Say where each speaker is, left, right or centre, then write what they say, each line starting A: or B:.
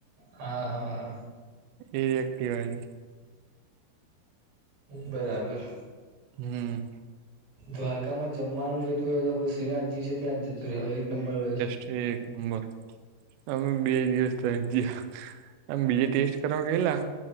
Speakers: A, on the right; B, on the right.
A: હા હા હા.
B: એ કેન
A: બરાબર.
B: હમમ.
A: દ્વારકામાં જમવાનું જોઈતું હોય તો આપડું શ્રીનાથજી છે ત્યાં જતું રહેવાય એક નંબર હોય.
B: છે એક નંબર. અમે બે દિવસ ત્યાં ગીયા આમ બીજે ટેસ્ટ કરવા ગયેલા